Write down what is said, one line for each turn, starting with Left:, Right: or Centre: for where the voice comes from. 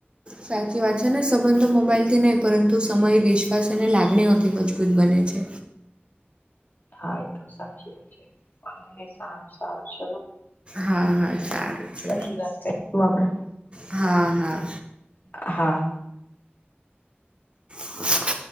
Right: સાચી વાત છે, ને સંબંધ મોબાઈલથી નહી, પરંતુ સમય, વિશ્વાસ અને લાગણીઓથી મજબૂત બને છે.
Left: હા, એ તો સાચી વાત છે, પણ સારું સારું ચલો.
Right: હા હા સારું છે.
Left: પછી વાત કરીશું આપડે.
Right: હા હા.
Left: હા.
Right: <inaudible>